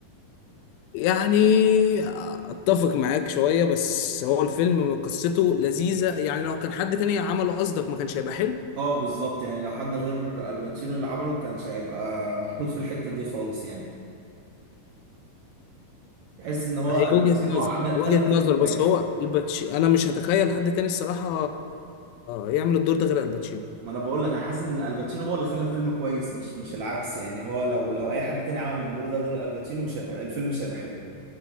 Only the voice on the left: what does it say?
يعني اتفق معاك شوية بس هو الفيلم قصته لذيذة يعني لو كان حد تاني عمله قصدك ما كانش هيبقى حلو
هي
وجهة نظر
وجهة
نظر
بس هو الباتشي انا مش هتخيل حد تاني الصراحة يعمل الدور ده غير الباتشينو